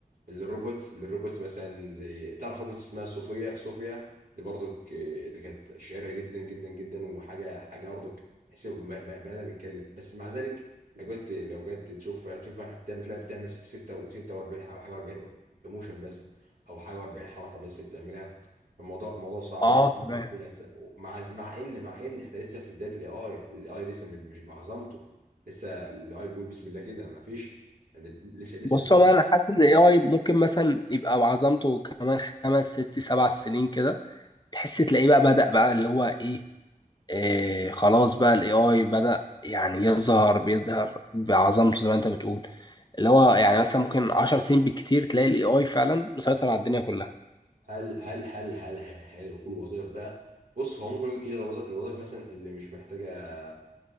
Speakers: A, on the right; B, on the left.
A: الروبوتس الروبوتس مثلا زي تعرف روبوت اسمها صوفيا صوفيا دي برضو ك- دي كانت شهيره جدا جدا جدا وحاجه حاجه برضو تحسب بني ادم بيتكلم بس مع ذلك لو جت لو جت تشوفها تشوفها بتعمل تلاقي بتعمل 6 و 46 حاجه حاجه و40 ايموشن بس او حاجه و40 حركه بس بتعملها الموضوع الموضوع صعب
B: اه
A: لسه
B: تمام
A: لسه- مع مع ان مع ان احنا لسه في بدايه الاي اي الاي اي لسه م- مش بعظمته لسه الاي اي بيقول بسم الله كده ما فيش يعني لسه لسه
B: بص هو انا حاسس ان الاي اي ممكن مثلا يبقى بعظمته كمان خمس ست سبع سنين كده تحس تلاقيه بقى بدأ بقى اللي هو ايه إيه خلاص بقى الاي اي بدأ يعني يظهر بيظهر بعظمته زي ما انت بتقول اللي هو يعني مثلا ممكن 10 سنين بالكتير تلاقي الاي اي فعلا مسيطر على الدنيا كلها
A: هل هل هل هل هل, هل, هل كل وظائف بقى بص هو ممكن يلغي وظ- الوظائف مثلا اللي مش محتاجه